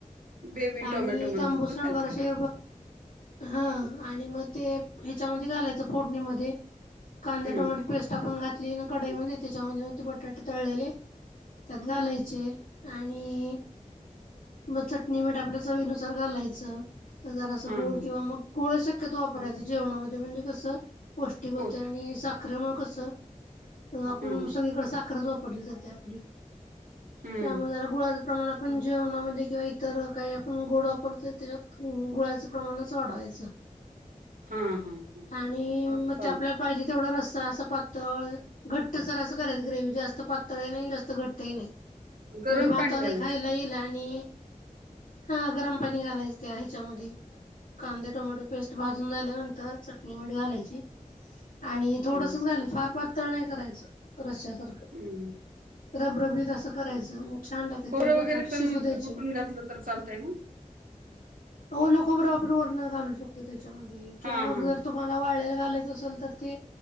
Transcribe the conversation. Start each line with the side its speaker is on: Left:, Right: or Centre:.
Right: बेबी
Left: आणि
Right: टोमॅटो म्हणतात
Left: तांबूस
Right: ना
Left: रंगवर
Right: त्याला.
Left: असे हा आणि मग ते ह्याच्यामध्ये घालायचं फोडणीमध्ये कांदा
Right: हं.
Left: टमॅटो पेस्ट आपण घातली ना कढाईमध्ये त्याच्यामध्ये मग ते बटाटे तळलेले त्यात घालायचे आणि मग चटणी मीठ आपल्या चवीनुसार घालायचं जरा अस
Right: हां,
Left: गुळ
Right: हां.
Left: किंवा मग गुळ शक्यतो वापरायच जेवणामध्ये म्हणजे कसं पौष्टिक
Right: हो.
Left: आणि साखरेमुळ कसं आपण
Right: हां, हां.
Left: सगळीकडे साखरच वापरली जाते आपली
Right: हं.
Left: त्यामुळे जरा गुळाच प्रमाण आपण जेवणामध्ये किंवा इतर काही आपण गोड वापरतोय त्यात गुळाचं प्रमाणच वाढावायच
Right: हां, हां, हां.
Left: आणि मग
Right: चालतं.
Left: आपल्याला पाहिजे तेवढा रस्सा असं पातळ घट्ट सर असं करायच ग्रेव जास्त पातळही नाही जास्त घट्टही नाही
Right: गरम
Left: म्हणजे भातावरही
Right: पाणी घालायचं
Left: खायला
Right: ते.
Left: येईल आणि हा गरम पाणी घालायच ते ह्याच्यामध्ये कांदे टोमॅटो पेस्ट भाजून झाल्यानंतर चटनी मीठ घालायची आणि थोडसच
Right: हं,
Left: घालेल फार पातळ नाही करायचं रश्या सारखं
Right: हं.
Left: रबरबीत अस करायचं छान लागते
Right: खोबरं
Left: ते बटाट
Right: वगैरे
Left: शिजू
Right: पण
Left: द्यायचे
Right: कुटून
Left: मग
Right: घातलं तर चालतंय ना?
Left: ओल खबर आपण वरण घालू शकतो त्याच्यामध्ये किंवा
Right: हां,
Left: मग
Right: हां.
Left: जर तुम्हाला वाळयला घालायच असल तर ते